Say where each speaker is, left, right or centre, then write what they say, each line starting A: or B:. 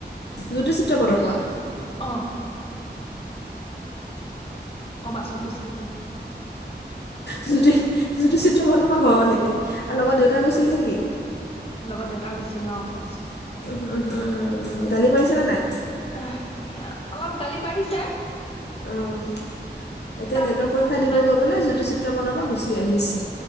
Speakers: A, on the left; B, on the left.
A: জ্যোতি চিত্ৰপথৰ পৰা
B: অ আকৌ বাছত গুচি আহ
A: জ্যোতি জ্যোতি চিত্ৰ বনৰ পৰাা ঘৰলৈকে আৰু লগত দেউতা গৈছিল নেকি
B: লগত দেউতা গৈছিল অ
A: উ উম উমম গালি পাৰিছে নে নাই
B: আহ অলপ গালি পাৰিছে
A: অঁ এতিয়া
B: তাৰপিছত
A: নেটৰ পৰীক্ষা
B: আৰু
A: দিব
B: নাই।
A: গৈ পেলাই জ্যোতি চিত্ৰ বনৰ পৰা গুচি আহিছে